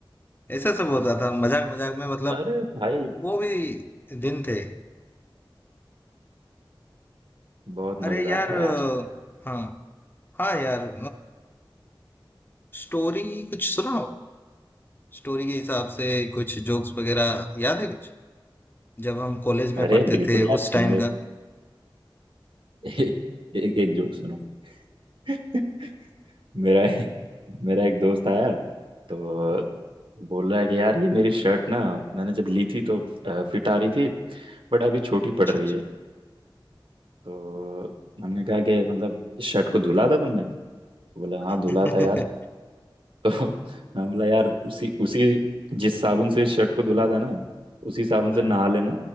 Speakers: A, on the left; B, on the right.
A: ऐसा सब होता था मजाक मजाक में मतलब
B: अरे भाई
A: वो भी दिन थे
B: बहुत
A: अरे
B: मजेदार
A: यार
B: था
A: अ,
B: यार
A: हाँ हाँ यार स्टोरी कुछ सुनाओ स्टोरी के हिसाब से कुछ जोक्स वगैरह याद है कुछ जब हम कॉलेज में
B: अरे
A: पढ़ते
B: बिल्कुल
A: थे
B: यार
A: उस
B: सुनो
A: टाइम का
B: एक एक, एक एक जोक सुनो <laughs> मेरा मेरा एक दोस्त आया तो बोल रहा है कि यार ये मेरी शर्ट ना मैंने जब ली थी तो फिट आ रही थी बट अभी छोटी
A: अच्छा
B: पड़ रही है तो हमने कहा कि मतलब इस शर्ट को धुला था तुमने तो बोला
A: अच्छा
B: हाँ धुला था यार <laughs> तो मैं बोला यार उसी उसी जिस साबुन से इस शर्ट को धुला था ना उसी साबुन
A: <laughs>
B: से
A: हाँ
B: नहा लेना